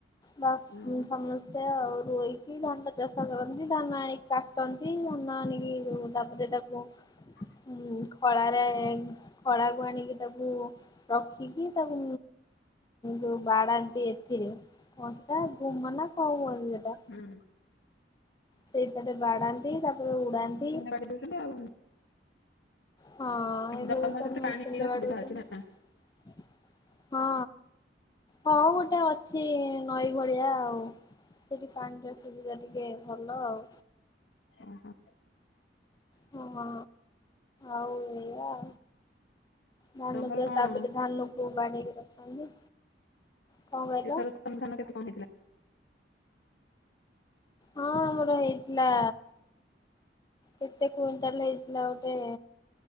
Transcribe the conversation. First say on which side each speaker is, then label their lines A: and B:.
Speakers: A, on the left; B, on the left.
A: ବାସ୍
B: ଓହୋ
A: ମୁଁ ସମୁ ତି ଆଉ ରୋଇକି ଧାନ ଚାଷ କରନ୍ତି ଧାନ ଆଣିକି କାଟନ୍ତି ଧାନ ଆଣିକି ରୋ ତାପରେ ତାକୁ
B: ହ <unintelligible>
A: ହୁଁ ମୁଁ ଖଳାରେ ଖଳାକୁ ଆଣିକି ତାକୁ ରଖିକି ତାକୁ ଯୋଉ ବାଡ଼ାନ୍ତି ଏଥିରେ କଣ୍ଟା ଗୁମାନ୍ତା କଣ କୁହନ୍ତି ସେଟା
B: ହୁଁ।
A: ସେଇଥିରେ ବାଡାନ୍ତି ତାପରେ ଉଡାନ୍ତି।
B: ଉ ଆଉ <unintelligible>
A: ହଁ ଏବେ
B: ତମର
A: ତ
B: ସେପଟେ
A: ମେସିନରେ
B: ପାଣିର
A: ବଡାଉଛନ୍ତି
B: ସୁବିଧା ଅଛି ନା?
A: ହଁ। ହଁ ଗୋଟେ ଅଛି ନଈ ଭଳିଆ ଆଉ। ସେଠି ପାଣିର ସୁବିଧା ଟିକେ ଭଲ ଆଉ।
B: ଓହୋ
A: ହଁ ଆଉ ନିଅ ଆଉ। ଧାନ
B: ତମର
A: ତ
B: କଣ
A: ତାପରେ ଧାନ କୁ ବାଡେଇକି ରଖନ୍ତି। କଣ କହିଲ
B: ଏଥର ସମାଧାନ କେତେ କଣ ହେଥିଲା?
A: ହଁ ଆମର ହେଇଥିଲା। କେତେ କୁଇଣ୍ଟାଲ ହେଇଥିଲା ଗୋଟେ